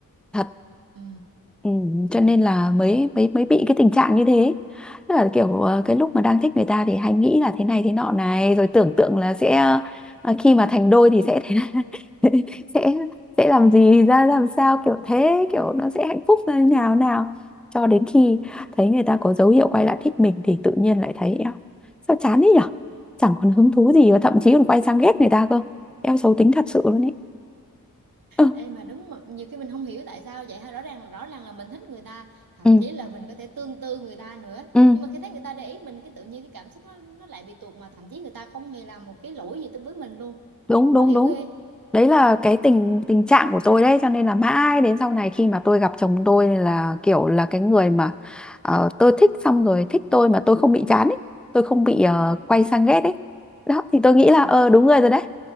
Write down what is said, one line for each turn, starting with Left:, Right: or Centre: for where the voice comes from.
Centre: thật
Right: ừ
Centre: ừ, cho nên là mới mới mới bị cái tình trạng như thế tức là kiểu ờ, cái lúc mà đang thích người ta thì hay nghĩ là thế này thế nọ này rồi tưởng tượng là sẽ ờ, khi mà thành đôi thì sẽ thế này <laughs> sẽ sẽ làm gì ra làm sao kiểu
Right: <laughs>
Centre: thế kiểu nó sẽ hạnh phúc như nào nào cho đến khi thấy người ta có dấu hiệu quay lại thích mình thì tự nhiên lại thấy eo sao chán thế nhở chẳng còn hứng thú gì và thậm chí còn quay sang ghét người ta cơ eo xấu tính thật sự luôn ấy ừ.
Right: Ê mà đúng mà, nhiều khi mình không hiểu tại sao vậy ha rõ ràng là rõ ràng là mình thích người ta thậm
Centre: Ừ.
Right: chí là mình có thể tương tư người ta nữa
Centre: Ừ,
Right: nhưng mà khi thấy người ta để ý mình cái tự nhiên cái cảm xúc nó nó lại bị tuột mà thậm chí người ta không hề làm một cái lỗi gì tới với mình luôn
Centre: đúng đúng
Right: khó hiểu
Centre: đúng.
Right: ghê
Centre: Đấy là cái tình tình trạng của tôi đấy cho nên là mãi đến sau này khi mà tôi gặp chồng tôi là kiểu là cái người mà ờ, tôi thích xong rồi thích tôi mà tôi không bị chán ấy, tôi không bị ờ, quay sang ghét ấy. Đó thì tôi nghĩ
Right: ừ
Centre: là ờ đúng người rồi đấy.